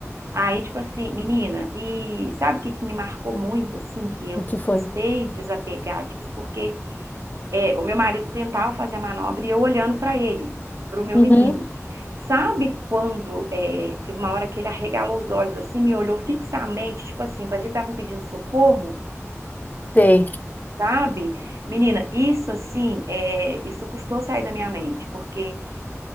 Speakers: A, on the right (about 65°); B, on the left (about 30°).
A: Aí, tipo assim, menina, e sabe o que, que me marcou muito, assim, que eu
B: O que foi?
A: custei desapegar disso, porque é, o meu marido tentava fazer a manobra e eu olhando para ele, para o meu
B: Uhum,
A: menino. Sabe quando é, teve uma hora que ele arregalou os olhos assim, me olhou fixamente, tipo assim, parecia que estava me pedindo socorro?
B: sei.
A: sabe? Menina, isso assim, é, isso custou sair da minha mente, porque